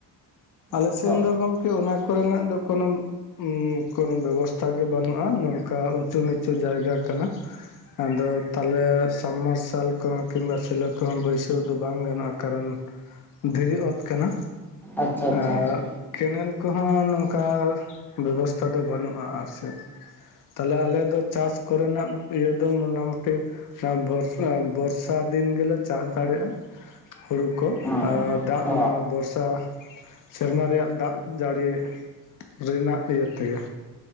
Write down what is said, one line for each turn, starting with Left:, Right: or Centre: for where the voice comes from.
Left: ᱟᱞᱮᱥᱮᱱ
Centre: ᱟᱫᱚ
Left: ᱫᱚ ᱜᱚᱝᱠᱮ ᱚᱱᱟ ᱠᱚᱨᱮᱱᱟᱜ ᱫᱚ ᱠᱚᱱᱚᱢ ᱩᱸ ᱠᱚᱱᱚ ᱵᱮᱵᱚᱥᱛᱷᱟ ᱜᱮ ᱵᱟᱹᱱᱩᱜᱼᱟ ᱱᱚᱝᱠᱟ ᱩᱪᱩ ᱱᱤᱪᱩ ᱡᱟᱭᱜᱟ ᱠᱟᱱᱟ᱾ ᱟᱫᱚ ᱛᱟᱦᱚᱞᱮ <unintelligible> ᱢᱟᱨᱥᱟᱞ ᱠᱚᱦᱚᱸ ᱠᱤᱢᱵᱟ ᱥᱮᱞᱚ ᱠᱚᱦᱚᱸ ᱵᱟᱹᱭᱥᱟᱹᱣ ᱫᱚ ᱵᱟᱝ ᱜᱟᱱᱚᱜᱼᱟ ᱠᱟᱨᱚᱱ, ᱫᱷᱤᱨᱤ ᱚᱛ ᱠᱟᱱᱟ᱾
Centre: ᱟᱪᱪᱷᱟ
Left: ᱟᱨ
Centre: ᱟᱪᱪᱷᱟ ᱟᱪᱪᱷᱟ᱾
Left: ᱠᱮᱱᱮᱞ ᱠᱚᱦᱚᱸ ᱱᱚᱝᱠᱟ ᱵᱮᱵᱚᱥᱛᱷᱟ ᱫᱚ ᱵᱟᱹᱱᱩᱜᱼᱟ ᱟᱨ ᱥᱮᱫ ᱛᱟᱦᱞᱮ ᱟᱞᱮ ᱫᱚ ᱪᱟᱥ ᱠᱚᱨᱮᱱᱟᱜ ᱤᱭᱟᱹ ᱫᱚ ᱢᱚᱴᱟᱢᱩᱴᱤ, ᱟᱸ ᱵᱚᱨᱥᱟ ᱵᱚᱨᱥᱟ ᱫᱤᱱ ᱜᱮᱞᱮ ᱪᱟᱥ ᱫᱟᱲᱮᱜᱼᱟ᱾ ᱦᱩᱲᱩ ᱠᱚ
Centre: ᱦᱚᱸ
Left: ᱟᱨ ᱫᱟᱜᱽ ᱚᱱᱟ ᱵᱚᱨᱥᱟ ᱥᱮᱨᱢᱟ ᱨᱮᱭᱟᱜ ᱫᱟᱜᱽ ᱡᱟᱹᱲᱤ ᱨᱮᱱᱟᱜ ᱤᱭᱟᱹ ᱛᱮᱜᱮ᱾